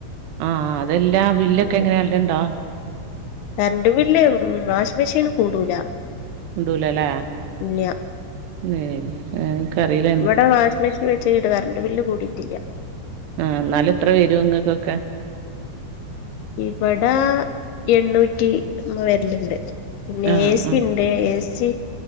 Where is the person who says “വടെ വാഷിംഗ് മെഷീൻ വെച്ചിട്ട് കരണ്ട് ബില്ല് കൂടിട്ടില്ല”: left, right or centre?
Left